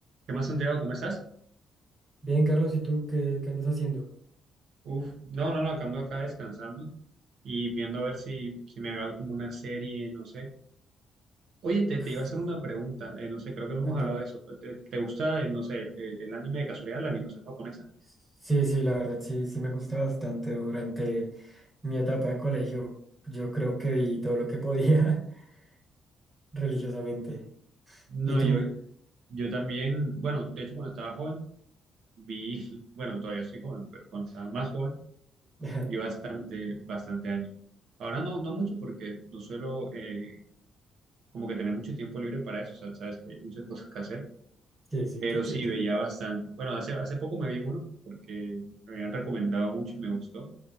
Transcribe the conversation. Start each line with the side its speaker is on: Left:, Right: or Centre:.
Right: ¿Qué más, Santiago? ¿Cómo estás?
Centre: Bien, Carlos, ¿y tú qué, qué andas haciendo?
Right: Uf, no, no, no, acá ando acá descansando y viendo a ver si, si me veo como una serie, no sé. Oye, te,
Centre: Uf,
Right: te iba a hacer una pregunta, eh, no sé, creo que no
Centre: cuéntame.
Right: hemos hablado de eso. ¿Te, te gusta, eh, no sé, el, el- el anime de casualidad, la animación japonesa?
Centre: Sí, sí, la verdad, sí, sí me gusta bastante. Durante mi etapa de colegio, yo creo que vi todo lo que podía <laughs> religiosamente.
Right: No,
Centre: ¿Y tú?
Right: yo, yo también, bueno, de hecho cuando estaba joven, vi, <laughs> bueno, todavía soy joven, pero cuando estaba más joven,
Centre: <laughs>
Right: vi bastante, bastante anime. Ahora no, no mucho porque no suelo eh, como que tener mucho tiempo libre para eso, o sea, sabes que hay muchas cosas que hacer
Centre: Sí, sí,
Right: Pero
Centre: te entiendo.
Right: sí, veía bastante. Bueno, hace, hace poco me vi uno porque me habían recomendado mucho y me gustó.